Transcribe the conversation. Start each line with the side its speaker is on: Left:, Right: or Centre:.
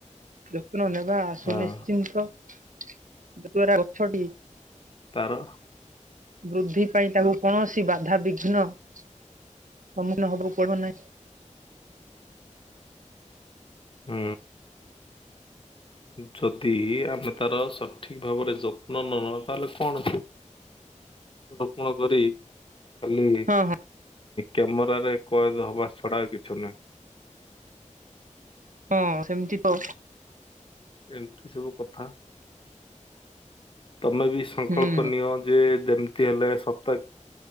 Right: ଯତ୍ନ ନେବା ଆସୁ
Left: ହଁ।
Right: ନିଶ୍ଚିନ୍ତ। ଯ ଦ୍ୱାରା ଗଛଟି
Left: ତାର
Right: ବୃଦ୍ଧି ପାଇଁ ତାକୁ କୌଣସି ବାଧାାବିଘ୍ନ ସମ୍ମୁଖୀନ ହବାକୁ ପଡିବ ନାହିଁ।
Left: ହୁଁ। ଯଦି ଆମେ ତାର ସଠିକ ଭାବରେ ଯତ୍ନ ନ ନବା ତାହେଲେ କଣ ଅଛି
Right: <inaudible>
Left: ରୋପଣ କରି କାଲି
Right: ହଁ ହଁ।
Left: କ୍ୟାମେରରେ କଏଦ ହବା ଛଡା କିଛି ନୁହେଁ।
Right: ହଁ ସେମିତି ତ
Left: ଏମିତି ସବୁ କଥା ତମେ ବି ସଂକଳ୍ପ
Right: ହୁଁ
Left: ନିଅ ଯେ ଯେମିତି ହେଲେ ସପ୍ତାହ